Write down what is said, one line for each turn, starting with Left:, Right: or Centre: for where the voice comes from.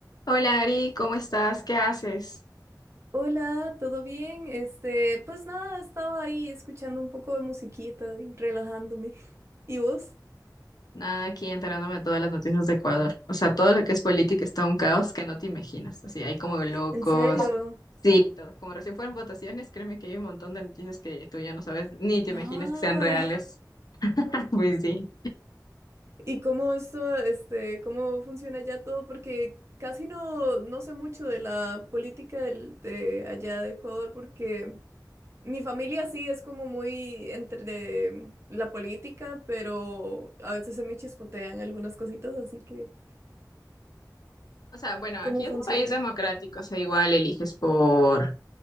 Left: Hola Ari, ¿cómo estás? ¿Qué haces?
Right: Hola, ¿todo bien? Este, pues nada, estaba ahí escuchando un poco de musiquita y relajándome. <laughs> ¿Y vos?
Left: Nada, aquí enterándome de todas las noticias de Ecuador. O sea, todo lo que es política está un caos que no te imaginas. Así, hay como locos.
Right: ¿En serio?
Left: Sí, todo. Como recién fueron votaciones, créeme que hay un montón de noticias que tú ya no sabes ni te
Right: Ah,
Left: imaginas que sean reales. <laughs> Pues sí.
Right: <laughs> ¿y cómo eso, este, cómo funciona ya todo? Porque casi no, no sé mucho de la política del- de allá de Ecuador, porque mi familia sí es como muy entre de la política, pero a veces se me chispotean algunas cositas, así que,
Left: O sea, bueno,
Right: ¿cómo
Left: aquí
Right: funciona?
Left: es un país democrático, o sea, igual eliges por,